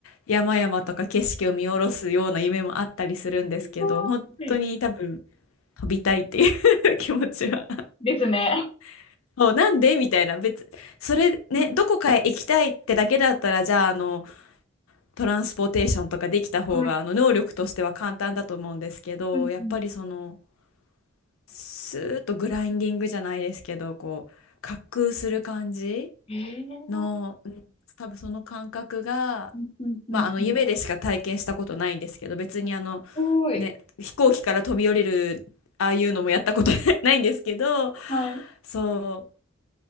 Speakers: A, on the left (about 80°); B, on the left (about 30°).
A: 山々とか景色を見下ろすような夢もあったりするんですけど、
B: すごい
A: 本当に多分、飛びたいっていう <laughs> 気持ちは。
B: ですね。
A: <laughs> もうなんでみたいな、別、それね、
B: うん
A: どこかへ行きたいってだけだったら、じゃあ、あの、トランスポーテーションとかできた方があの能力としては簡単だと思うんですけどやっぱりその
B: はい。うんうん
A: スーッとグラインディングじゃないですけどこう滑空する感じ
B: えー
A: の、うん多分その感覚が、
B: うんうんうんうんす
A: まあ、あの夢でしか体験したことないんですけど別にあの、
B: ごい。
A: ね、飛行機から飛び降りるああいうのもやったこと <laughs> ないんですけど
B: はい。
A: そう